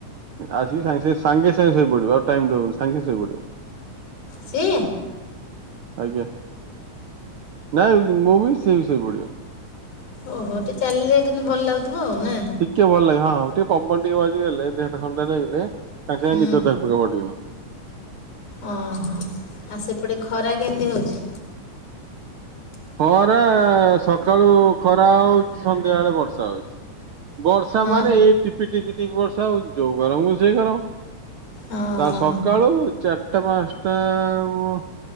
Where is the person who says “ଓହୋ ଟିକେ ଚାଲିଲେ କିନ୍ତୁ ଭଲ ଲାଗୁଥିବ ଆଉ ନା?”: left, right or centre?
Left